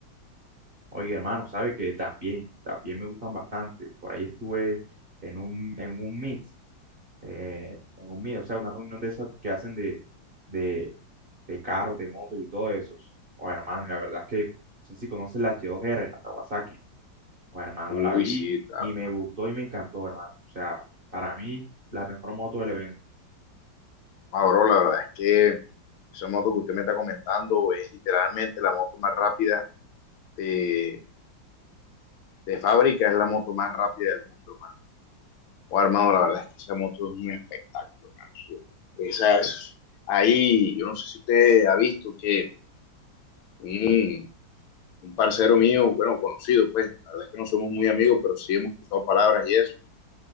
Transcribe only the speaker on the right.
Oye, hermano, sabe que también, también me gustan bastante. Por ahí estuve en un, en un meet, eh, en un meet, o sea, una reunión de esas que hacen de, de, de carros, de motos y todo eso. O hermano, la verdad es que, no sé si conoces la H2R, la Kawasaki. O hermano,
la vi
y me
gustó y me encantó, hermano. O sea, para mí, la mejor moto del evento.